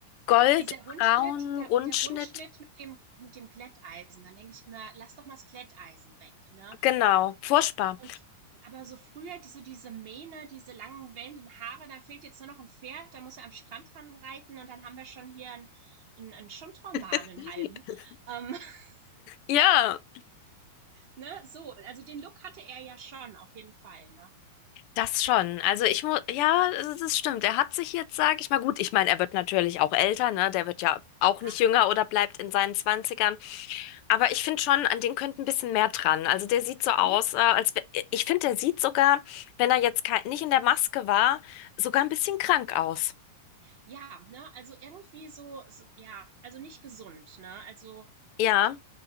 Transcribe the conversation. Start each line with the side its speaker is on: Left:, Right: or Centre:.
Left: Goldbraun,
Right: Dieser Rundschnitt der
Left: Rundschnitt,
Right: der Rundschnitt mit dem mit dem Glätteisen, dann denke ich immer: „Lass doch mal das Glätteisen weg“, ne?
Left: genau, furchtbar.
Right: Und aber so früher, die, so diese Mähne, diese langen wellenden Haare, da fehlt jetzt nur noch ein Pferd, da muss er am Strand dran reiten und dann haben wir schon hier einen, einen, einen Schundroman,
Left: <laughs>
Right: einen halben. Ähm, <laughs>
Left: Ja.
Right: ne? So, also den Look hatte er ja schon, auf jeden Fall. Ne?
Left: Das schon. Also ich muss, ja, das das stimmt. Er hat sich jetzt, sage ich mal, gut, ich meine, er wird natürlich auch älter, ne? Der wird ja auch
Right: Klar.
Left: nicht jünger oder bleibt in seinen Zwanzigern. Aber ich finde schon, an dem könnte ein bisschen mehr dran. Also der sieht so aus,
Right: Mhm.
Left: äh, als wär- ich finde, der sieht sogar, wenn er jetzt kei- nicht in der Maske war, sogar ein bisschen krank aus.
Right: Ja, ne? also irgendwie so, so, ja, also nicht gesund. Ne? Also,
Left: Ja,